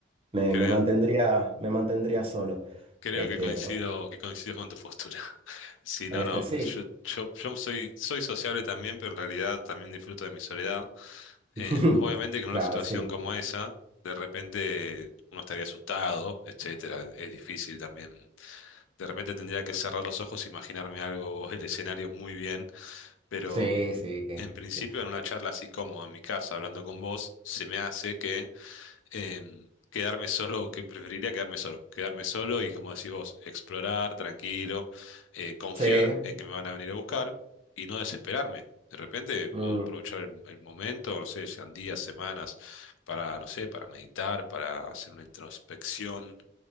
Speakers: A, on the right (about 30°); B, on the left (about 85°).
A: me,
B: creo,
A: me mantendría, me mantendría solo.
B: creo
A: Este,
B: que coincido,
A: pero bueno,
B: que coincido con tu postura. <laughs> Sí,
A: este,
B: no, no,
A: sí.
B: yo, yo, yo soy, soy sociable también, pero en realidad también disfruto de mi soledad.
A: <laughs>
B: Eh, obviamente que en
A: Claro,
B: una situación
A: sí.
B: como esa, de repente uno estaría asustado, etcétera. Es difícil también De repente tendría que cerrar los ojos, imaginarme algo, el escenario muy bien, pero
A: Sí, sí,
B: en principio
A: sí.
B: en una charla así como en mi casa hablando con vos, se me hace que em, quedarme solo, que preferiría quedarme solo, quedarme solo y como decís vos, explorar tranquilo, eh, confiar
A: Sí.
B: en que me van a venir a buscar y no desesperarme. De repente puedo
A: mm,
B: aprovechar el, el momento, no sé, sean días, semanas, para, no sé, para meditar, para hacer una introspección